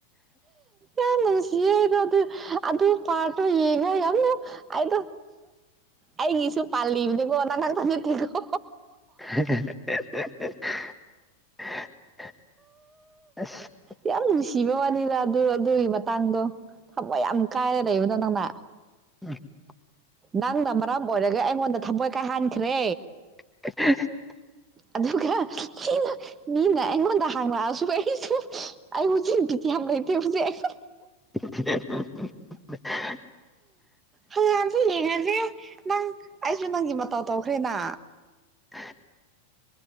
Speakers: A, on the right (about 20°); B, in the centre.
A: ꯌꯥꯝ ꯅꯨꯡꯁꯤꯌꯦ ꯑꯩꯗꯣ ꯑꯗꯨ ꯑꯗꯨ ꯄꯥꯠꯇꯣ ꯌꯦꯡꯉ ꯌꯥꯝꯅ ꯑꯃꯨꯛ ꯑꯩꯗꯣ ꯑꯩꯒꯤꯁꯨ ꯄꯥꯂꯤꯕꯅꯦꯀꯣ ꯅꯪ ꯉꯛꯇ ꯅꯠꯇꯦꯀꯣ
B: ꯑ <unintelligible> <unintelligible>
A: ꯌꯥꯝ ꯅꯨꯡꯁꯤꯕ ꯋꯥꯅꯤꯗ ꯑꯗꯨ ꯑꯗꯨꯒꯤ ꯃꯇꯥꯡꯗꯣ ꯊꯃꯣꯏ ꯌꯥꯝ ꯀꯥꯏꯔ ꯂꯩꯕꯗꯣ ꯅꯪꯅ
B: <unintelligible>
A: ꯅꯪꯅ ꯃꯔꯝ ꯑꯣꯏꯔꯒ ꯑꯩꯉꯣꯟꯗ ꯊꯃꯣꯏ ꯀꯥꯏꯍꯟꯈ꯭ꯔꯦ
B: <unintelligible>
A: ꯑꯗꯨꯒ ꯃꯤꯅ ꯃꯤꯅ ꯑꯩꯉꯣꯟꯗ ꯍꯥꯡꯉꯛꯑꯁꯨ ꯑꯩꯁꯨ ꯑꯩ <unintelligible> ꯌꯥꯝ ꯂꯩꯇꯦ ꯍꯧꯖꯤꯛ ꯑꯩ
B: <unintelligible>
A: ꯍꯥꯟꯗꯤ ꯌꯦꯡꯉꯁꯦ ꯅꯪ ꯑꯩꯁꯨ ꯅꯪꯒꯤ ꯃꯇꯧ ꯇꯧꯈ꯭ꯔꯦꯅ
B: <unintelligible>